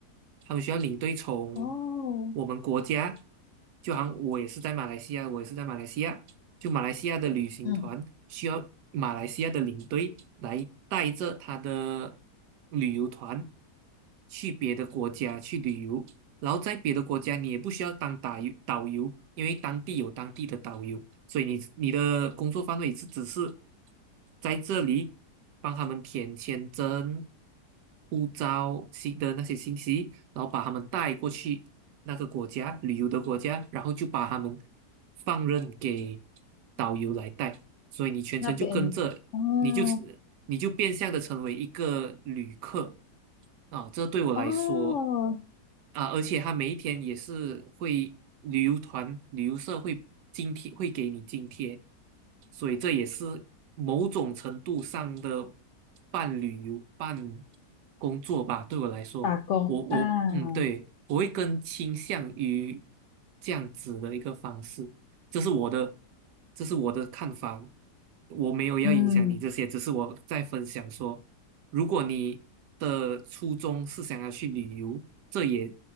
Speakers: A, on the right; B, on the left.
A: 他们需要领队从
B: 哦，
A: 我们国家，就好像我也是在马来西亚，我也是在马来西亚，就马来西亚的旅行团需要马来西亚的领队来带着他的
B: 嗯，
A: 旅游团去别的国家去旅游，然后在别的国家你也不需要当导游导游，因为当地有当地的导游，所以你你的工作范围是只是在这里帮他们填签证、护照信的那些信息，然后把他们带过去那个国家旅游的国家，然后就把他们放任给导游来带，所以你全程就跟着，
B: 那边哦
A: 你就你就变相的成为一个旅客啊，这对我来说。
B: 哦，
A: 啊，而且他每一天也是会旅游团、旅游社会津贴，会给你津贴，所以这也是某种程度上的半旅游、半工作吧。对我来说，
B: 打工啊，
A: 我我嗯，对，我会更倾向于这样子的一个方式，这是我的，这是我的看法。我没有要影响你这些，
B: 嗯。
A: 只是我在分享说，如果你的初衷是想要去旅游。这也